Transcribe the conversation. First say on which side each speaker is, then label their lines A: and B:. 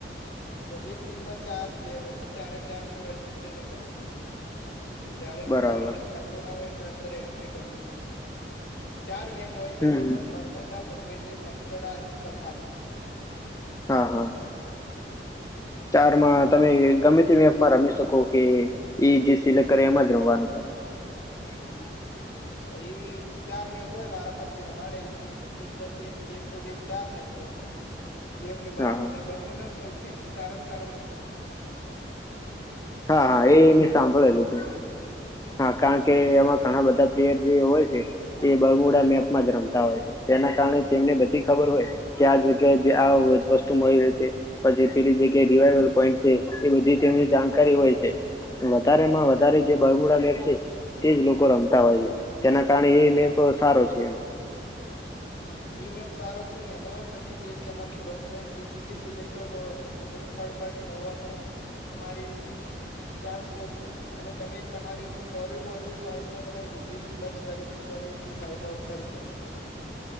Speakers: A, on the left; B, on the left.
A: એક ટીમમાં ચાર પ્લેયર હોય છે ચારે ચાર નું રજિસ્ટ્રેશન કરવું પડે
B: <inaudible>
A: જયારે રૂમ
B: બરાબર
A: આઈડી ને પાસવર્ડ આવે એટલે અંદર એન્ટ્રી કરવી પડે ચાર મેપ હોય
B: હમ
A: છે ટોટલ
B: હમ
A: બર્મુંડા પરગેરી નેક્રા એડ કલ્હાર.
B: હા હા.
A: હમ
B: ચાર માં તમે ગમે તે મેપમાં રમી શકો કે એ જે સિલેક્ટ કરે એમાં જ રમવાનું થાય. એ <unintelligible>
A: અચ્છા એ ચાર મેપ હોય વારા પરરથી રમાડે એક. એક બસ એક બે ટો બે ચાર મેચ હોય છે. જેમ કે બર્મુંડા
B: હા હા
A: બર્મુંડામાં સૌથી સારામાં સારો મેચ છે
B: હા હા એ મેં
A: નોલેજ
B: સાંભળેલું
A: અંદર
B: છે હા કારણ કે એમાં ઘણા બધા પ્લેયર જે હોય છે એ બગોડા મેપમાં જ રમતા હોય છે તેના કારણે તેમને બધી ખબર હોય ક્યાં જગ્યાએ આ વસ્તુ મળી રહેશે પછી પેલી જેગ્યા રિવાઈવલ પોઈન્ટ છે એ બધી તેમની જાણકારી હોય છે વધારે માં વધારે જે બુરમુડા મેચ છે તેજ લોકો રમતા હોય છે તેના કારણે એ મેપ સારો છે
A: હમ્મ વીમેપ સારો છે ને એમાં તમે જે તમારો ડ્રોપ પોઈન્ટ એક જગ્યાએ સિલેક્ટ હો તો મતલબ કે થર્ડ પાર્ટી હોવાનો તમારી ચાન્સ ઓછો છે અને તમે તમારી ફોર ફોર ફમાં તમે ઈઝીલી ક્લચ કરી શકો ટીમ વાઇપ આઉટ કરી શકો